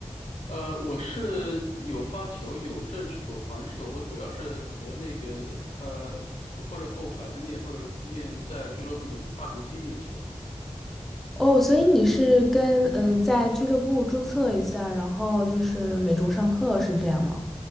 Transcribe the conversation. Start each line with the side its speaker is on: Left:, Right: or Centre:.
Left: 呃，我是有发球，有正手、反手，我主要是和那个呃，或者和我孩子练，或者练在俱乐部里发球机练球。
Centre: 哦，所以你是跟嗯、呃在俱乐部注册一下，然后就是每周上课是这样吗？